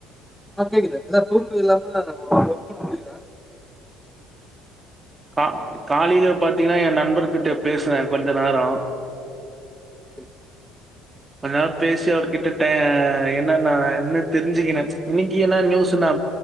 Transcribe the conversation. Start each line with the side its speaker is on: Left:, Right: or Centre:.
Centre: ஆ கேக்குது அதான் தூக்கோ இல்லாம எனக்கு வொர்க் பன்ன முடில
Right: கா காலையில பாத்தீங்கன்னா என் நண்பர்கிட்ட பேசுனே கொஞ்ச நேரம்
Centre: சரி
Right: கொஞ்ச நாள் பேசி அவர்கிட்ட டெ என்ன நான் என்னென்னு தெரிஞ்சிக்கினேன் இன்னிக்கு என்ன நியூஸ் நா